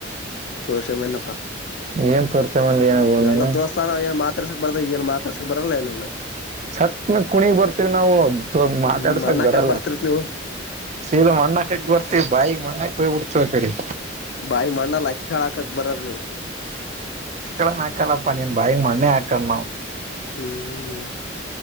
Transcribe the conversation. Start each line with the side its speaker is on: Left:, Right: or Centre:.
Left: ತೋರಿಸ್ಕೊಂಡು ಬಂದೇನಪ್ಪ
Right: ಏನ್ ತೋರ್ಸಮಂದಿ ಏನಾಗು ನೀನು
Left: ಎಲ್ಲಾ ದೋಸ್ತಾನು ಏನ್ ಮತ್ <unintelligible> ಮಾತಾಡ್ಸಕ್ಕೆ ಬರಲ್ಲ ಏನಲ್ಲ
Right: ಸತ್ ಮೇಲೆ ಕುಣಿಯಕ್ ಬರ್ತೀವಿ ನಾವು ಸೊಲ್ ಮಾತಾಡ್ಸಕ್
Left: ಹ್ಮ್ ಮಣ್ಣಾಕಕ್
Right: ಬರಲ್ಲ
Left: ಬರ್ತಿರ್ತ್ ನೀವು
Right: ಸೀದಾ ಮಣ್ಣ ಕಟ್ ಬರ್ತಿವಿ ಬಾಯಗ್ ಮಣ್ಣಾಕ್ ಹೋಯಿಬಿಡ್ತೀವಿ ಸೋತೆರಿ
Left: ಬಾಯಿ ಮಣ್ಣಲ್ ಅಕ್ಕಿ ಹೇಳಾಕಕ್ ಬರವರು ನೀವು
Right: ಹ ಹಾಕಲ್ಲಪ್ಪ ನೀನ್ ಬಾಯಿ ಮಣ್ಣೆ ಹಾಕಲ್ ನಾವು
Left: ಹ್ಮ್